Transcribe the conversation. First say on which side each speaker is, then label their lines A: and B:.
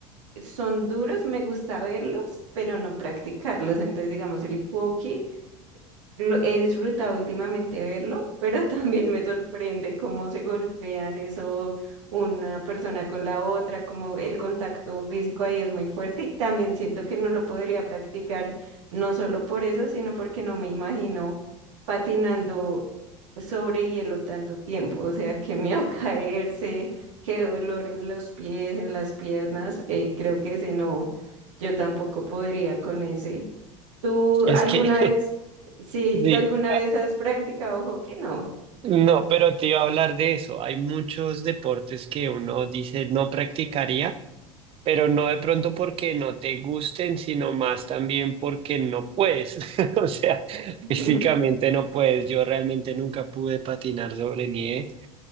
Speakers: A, on the right; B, on the right.
A: son duros, me gusta verlos, pero no practicarlos. Entonces, digamos, el hockey, lo, he disfrutado últimamente verlo, pero <laughs> también me sorprende cómo se golpean eso una persona con la otra, como el contacto físico ahí es muy fuerte y también siento que no lo podría practicar, no solo por eso, sino porque no me imagino patinando sobre hielo tanto tiempo, o sea, qué miedo <laughs> caerse, qué dolor en los pies, en las piernas, eh, creo que ese no, yo tampoco podría con ese. ¿Tú
B: Es
A: alguna
B: que
A: vez, sí,
B: Sí,
A: tú alguna
B: ah,
A: vez has practicado hockey? No,
B: no, pero te iba a hablar de eso. Hay muchos deportes que uno dice no practicaría, pero no de pronto porque no te gusten, sino más también porque no puedes. <laughs> O sea,
A: <laughs>
B: físicamente no puedes. Yo realmente nunca pude patinar sobre nieve.